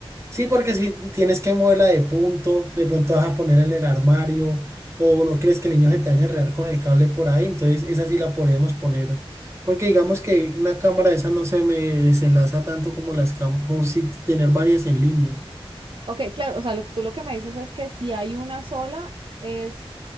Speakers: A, on the right; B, on the right.
A: Sí, porque si tienes que moverla de punto, de pronto vas a ponerla en el armario, o no crees que el niño se te vaya a enredar con el cable por ahí, entonces esa sí la podríamos poner. Porque digamos que una cámara de esas no se me desenlaza tanto como las cam- como si tener varias en línea.
B: Ok, claro, o sea, lo, tú lo que me dices es que si hay una sola, es